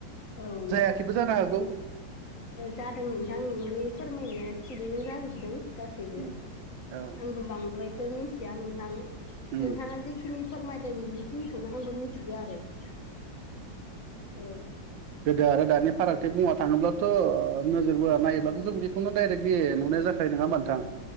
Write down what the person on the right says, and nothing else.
जायाखैबो जानो हागौ
ओम औ
उम
गोदो आरो दानि फारागथि बुंनो थाङोब्लाथ' ओ नोजोर बोना नायोब्लाथ'
जों बे बेखौनो दाइरेक्टलि नुनाय जाखायो नङा होमबा नोंथां?